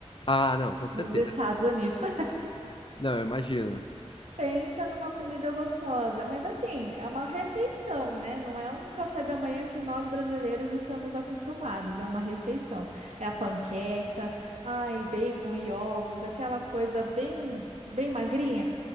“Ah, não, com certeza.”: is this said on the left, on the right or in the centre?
Left